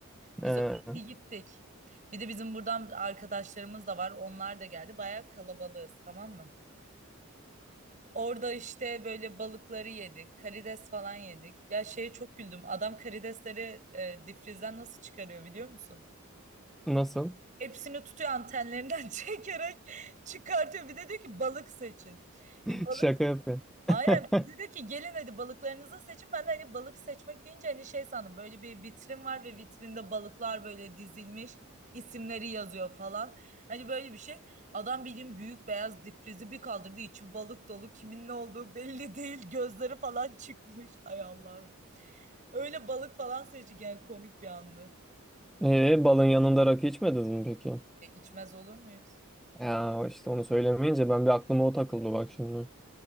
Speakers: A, on the right; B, in the centre.
A: Biz
B: Ee,
A: o şekilde gittik. Bir de bizim buradan arkadaşlarımız da var. Onlar da geldi. Bayağı kalabalığız, tamam mı? Orada işte böyle balıkları yedik. Karides falan yedik. Ya şeye çok güldüm. Adam karidesleri e, difrizden nasıl çıkarıyor biliyor musun?
B: nasıl?
A: Hepsini tutuyor antenlerinden <laughs> çekerek çıkartıyor. Bir de diyor ki balık seçin.
B: <laughs>
A: E, balık
B: Şaka yapıyor.
A: Aynen
B: <laughs>
A: bize diyor ki gelin hadi balıklarınızı seçin. Ben de hani balık seçmek deyince hani şey sandım böyle bir vitrin var ve vitrinde balıklar böyle dizilmiş isimleri yazıyor falan. Hani böyle bir şey. Adam bildiğin büyük beyaz difrizi bir kaldırdı içi balık dolu kimin ne olduğu belli değil gözleri falan <laughs> çıkmış. Ay Allah'ım. Öyle balık falan seçtik yani komik bir andı.
B: Ee, balın yanında rakı içmediniz mi peki?
A: E içmez olur muyuz?
B: Ya işte onu söylemeyince ben bir aklıma o takıldı bak şimdi.